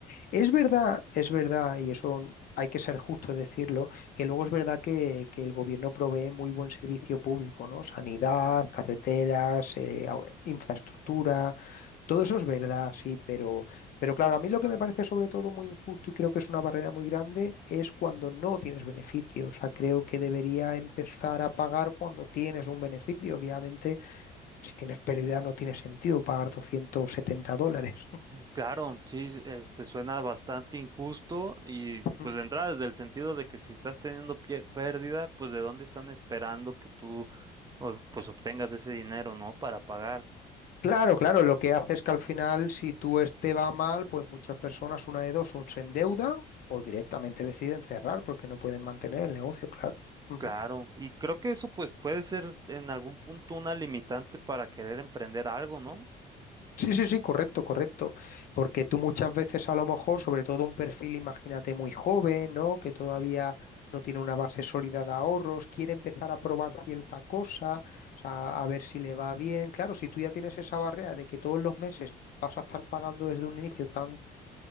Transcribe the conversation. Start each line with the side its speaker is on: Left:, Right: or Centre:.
Left: Es verdad, es verdad, y eso hay que ser justo decirlo, que luego es verdad que, que el gobierno provee muy buen servicio público, ¿no? Sanidad, carreteras, eh, au- infraestructura, todo eso es verdad, sí, pero,
Right: Ujú.
Left: pero claro, a mí lo que me parece sobre todo muy injusto y creo que es una barrera muy grande es cuando no tienes beneficio. O sea, creo que debería empezar a pagar cuando tienes un beneficio. Obviamente, si tienes pérdida no tiene sentido pagar 270 dólares.
Right: Claro, sí, sí, este suena bastante injusto y
Left: <laughs>
Right: pues de entrada desde el sentido de que si estás teniendo pie- pérdida, pues de dónde están esperando que tú o- pues obtengas ese dinero, ¿no? Para pagar.
Left: Claro, claro, lo que hace es que al final, si tú este va mal, pues muchas personas, una de dos, o se endeudan o directamente deciden cerrar porque no pueden mantener el negocio, claro. Ujú.
Right: Claro, y creo que eso pues puede ser en algún punto una limitante para querer emprender algo, ¿no?
Left: Sí, sí, sí, correcto, correcto. Porque tú muchas veces a lo mejor, sobre todo un perfil, imagínate, muy joven, ¿no? Que todavía no tiene una base sólida de ahorros, quiere empezar a probar cierta cosa, o sea, a ver si le va bien. Claro, si tú ya tienes esa barrera de que todos los meses vas a estar pagando desde un inicio tanto